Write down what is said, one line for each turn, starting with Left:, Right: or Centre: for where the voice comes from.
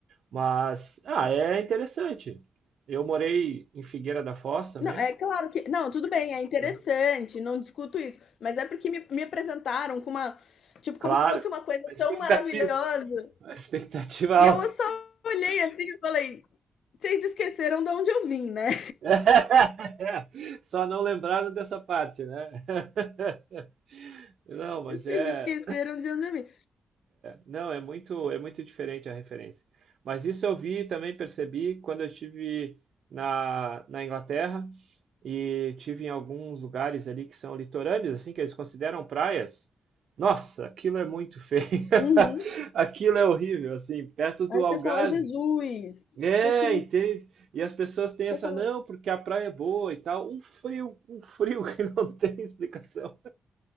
Right: Mas, ah, é interessante. Eu morei em Figueira da Foz também,
Left: não, é claro que. Não, tudo bem, é interessante,
Right: então,
Left: não discuto isso. Mas é porque me, me apresentaram com uma. Tipo,
Right: claro,
Left: como se fosse uma coisa
Right: a expectativa,
Left: tão maravilhosa.
Right: a expectativa
Left: E
Right: alta.
Left: eu só olhei assim e falei: vocês esqueceram de onde eu vim, né?
Right: <laughs> Só não lembraram dessa parte, né? <laughs> Não,
Left: <laughs>
Right: mas
Left: Vocês
Right: é,
Left: esqueceram de onde eu vim.
Right: não, é muito, é muito diferente a referência. Mas isso eu vi e também percebi quando eu estive na, na Inglaterra. e tive em alguns lugares ali que são litorâneos, assim, que eles consideram praias. Nossa, aquilo é muito feio.
Left: Uhum.
Right: <laughs> Aquilo é horrível, assim, perto do
Left: Aí você
Right: Algarve.
Left: fala: "Jesus,
Right: É,
Left: isso aqui não"
Right: entende? E as pessoas têm
Left: você
Right: essa,
Left: fala
Right: não, porque a praia é boa e tal. Um frio, um frio <laughs> que não tem explicação,